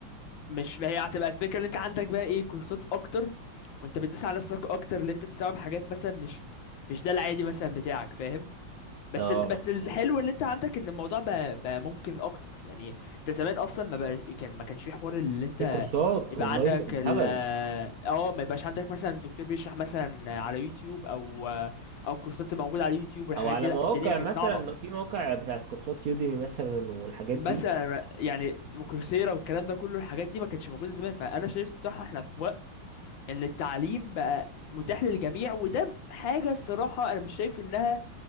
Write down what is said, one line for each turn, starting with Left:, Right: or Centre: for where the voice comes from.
Left: مش ما هي هتبقى الفكره ان انت عندك بقى ايه كورسات اكتر وانت بتدوس على نفسك اكتر اللي انت تستوعب حاجات مثلا مش مش ده العادي مثلا بتاعك فاهم بس
Right: اه
Left: ال... بس الحلو ان انت عندك ان الموضوع بقى, بقى ممكن اكتر يعني انت زمان اصلا ما بقى كان ما كانش في حوار اللي انت
Right: في كورسات
Left: يبقى
Right: اونلاين
Left: عندك
Right: بالهبل
Left: ال اه ما يبقاش عندك مثلا دكتور بيشرح مثلا على يوتيوب او او كورسات تبقى موجوده على يوتيوب والحاجات
Right: او على
Left: دي لا
Right: مواقع
Left: الدنيا كانت
Right: مثلا
Left: صعبه
Right: في مواقع بتاعت كورسات يوديمي مثلا والحاجات
Left: مثلا
Right: دي
Left: يعني وكورسيرا والكلام ده كله الحاجات دي ما كانتش موجوده زمان فانا شايف الصراحه احنا في وقت ان التعليم بقى متاح للجميع وده حاجة الصراحة انا مش شايف انها